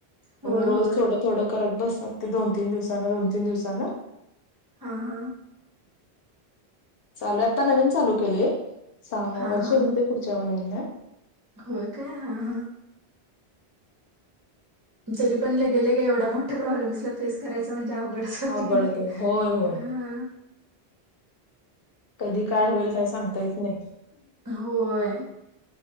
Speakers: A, on the right; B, on the left.
A: होय
B: रोज
A: होय
B: थोडं थोड करत बस ते दोन तीन दिवसाांना दोन तीन दिवसाांना
A: हा हा
B: चालू आता नवीन चालू केलेय साम
A: हा
B: वर्ष
A: हा हा
B: होते पुढच्या वयाना
A: होय काय हा हा तरी पण ल गेले ग एवढ्या मोठ्या प्रॉब्लेम्स फेस करायचा म्हणजे गड स्त
B: अवघडच
A: क नाही
B: आहे होय होय
A: अह
B: कधी काय होईल काय सांगता येत नाही
A: होय